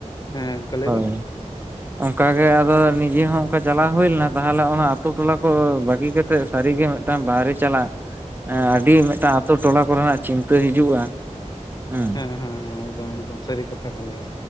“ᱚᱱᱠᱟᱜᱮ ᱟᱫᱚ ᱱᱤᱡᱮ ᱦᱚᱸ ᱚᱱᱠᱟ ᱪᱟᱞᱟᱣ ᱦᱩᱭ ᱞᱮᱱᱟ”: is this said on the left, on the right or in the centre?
Right